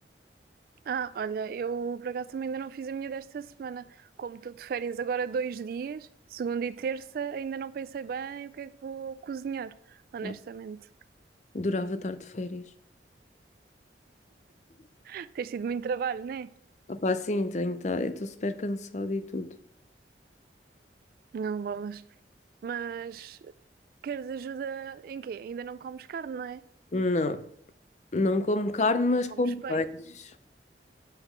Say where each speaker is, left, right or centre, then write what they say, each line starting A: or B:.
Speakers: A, on the right (about 55°); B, on the left (about 40°).
A: Ah, olha, eu por acaso também ainda não fiz a minha desta semana. Como estou de férias agora dois dias, segunda e terça, ainda não pensei bem o que é que vou cozinhar, honestamente.
B: Ah, Durava estar de férias.
A: <laughs> Tens tido muito trabalho, não é?
B: Opá, sim, tenho, tá, eu estou super cansada e tudo.
A: Não, bolas. Mas queres ajuda em quê? Ainda não comes carne, não é?
B: Não, não como carne, mas
A: Só
B: como
A: comes
B: peixe.
A: peixe.